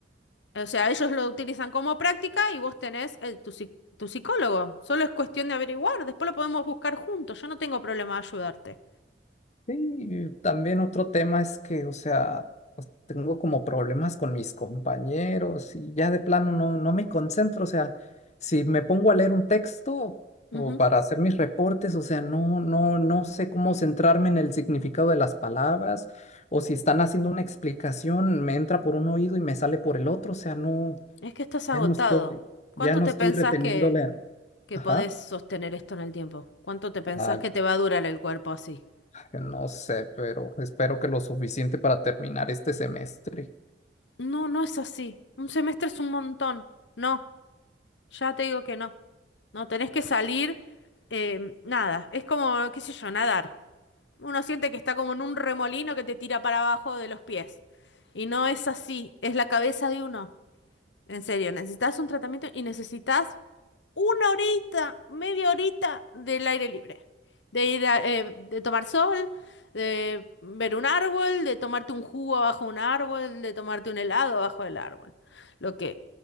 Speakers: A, on the left; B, on the left.
A: O sea, ellos lo utilizan como práctica y vos tenés eh, tu, psi- tu psicólogo. Solo es cuestión de averiguar, después lo podemos buscar juntos. Yo no tengo problema de ayudarte.
B: Sí, también otro tema es que, o sea, pues, tengo como problemas con mis compañeros y ya de plano no, no me concentro, o sea, si me pongo a leer un texto
A: Ujú.
B: o para hacer mis reportes, o sea, no, no, no sé cómo centrarme en el significado de las palabras o si están haciendo una explicación, me entra por un oído y me sale por el otro, o sea, no,
A: Es que estás agotado.
B: ya no estoy,
A: ¿Cuánto
B: ya no
A: te
B: estoy
A: pensás
B: reteniéndole,
A: que... que
B: ajá,
A: podés sostener esto en el tiempo. ¿Cuánto te pensás
B: ah,
A: que te va a durar el cuerpo así?
B: que no sé, pero espero que lo suficiente para terminar este semestre.
A: No, no es así. Un semestre es un montón. No, ya te digo que no. No, tenés que salir, eh, nada, es como, qué sé yo, nadar. Uno siente que está como en un remolino que te tira para abajo de los pies. Y no es así, es la cabeza de uno. En serio, necesitas un tratamiento y necesitas una horita, media horita del aire libre. De ir a, eh, de tomar sol, de ver un árbol, de tomarte un jugo abajo de un árbol, de tomarte un helado abajo del árbol. Lo que